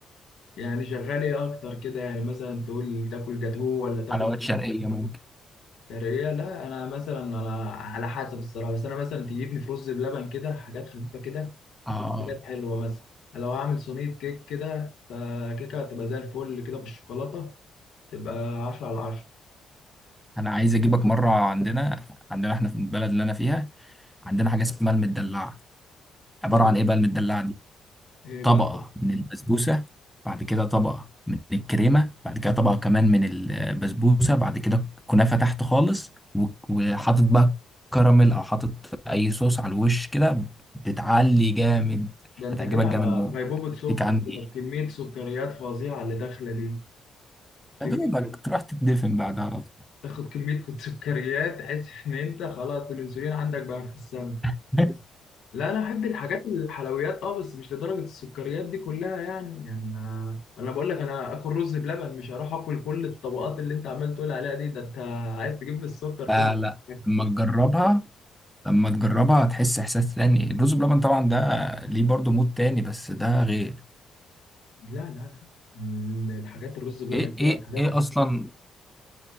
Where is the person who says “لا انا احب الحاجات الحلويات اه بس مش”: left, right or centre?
Left